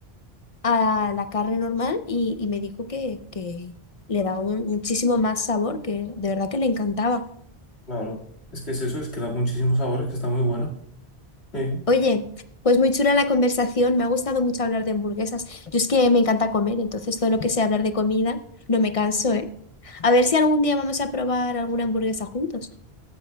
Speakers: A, on the left; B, on the left.
A: a la carne normal y, y me dijo que, que le daba un- muchísimo más sabor, que de verdad que le encantaba.
B: Claro, es que es eso, es que da muchísimos sabores, que está muy bueno. Sí.
A: Oye, pues muy chula la conversación, me ha gustado mucho hablar de hamburguesas. Yo es que me encanta comer, entonces todo lo que sea hablar de comida, no me canso, ¿eh? A ver si algún día vamos a probar alguna hamburguesa juntos.